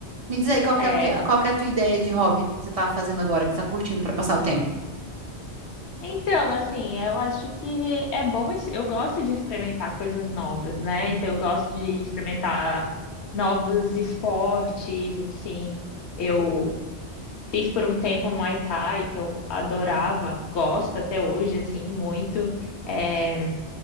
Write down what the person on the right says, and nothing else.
Me diz aí, qual que
é, o teu- qual que é a tua ideia de hobby que você tá fazendo agora, que você tá curtindo pra passar o tempo?